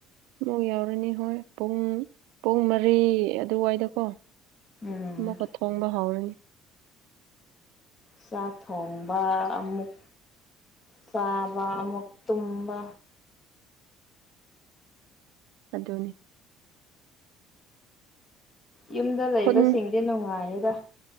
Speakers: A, on the right; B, on the left.
A: ꯑꯃꯨꯛ ꯌꯧꯔꯅꯤ ꯍꯣꯏ ꯄꯨꯡ ꯄꯨꯡ ꯃꯔꯤ ꯑꯗꯨꯋꯥꯏꯗꯀꯣ
B: ꯎꯝ
A: ꯑꯃꯨꯛꯀ ꯊꯣꯡꯕ ꯍꯧꯔꯅꯤ
B: ꯆꯥꯛ ꯊꯣꯡꯕ ꯑꯃꯨꯛ ꯆꯥꯕ ꯑꯃꯨꯛ ꯇꯨꯝꯕ
A: ꯑꯗꯨꯅꯤ
B: ꯌꯨꯝꯗ ꯂꯩꯕꯁꯤꯡꯗꯤ
A: ꯈꯨꯟ
B: ꯅꯨꯡꯉꯥꯏꯌꯦꯗꯥ